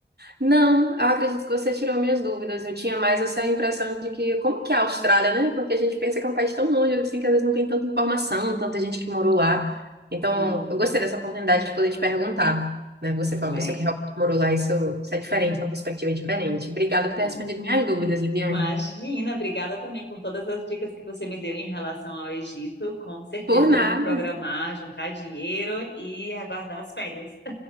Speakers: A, on the right; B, on the left.
A: Não, eu acredito que você tirou minhas dúvidas. Eu tinha mais essa impressão de que, como que é a Austrália, né? Porque a gente pensa que é um país tão longe, assim, que às vezes não tem tanta informação, tanta gente que morou lá. Então,
B: Hum,
A: eu gostei dessa oportunidade de poder te perguntar, né? Você foi
B: legal.
A: uma pessoa que realmente morou lá, isso, isso é diferente, uma perspectiva diferente. Obrigada por ter
B: Hum.
A: respondido minhas dúvidas, Liviane.
B: Imagina, obrigada também por todas as dicas que você me deu em relação ao Egito. Com certeza
A: Por nada.
B: eu vou me programar, juntar dinheiro e aguardar as férias.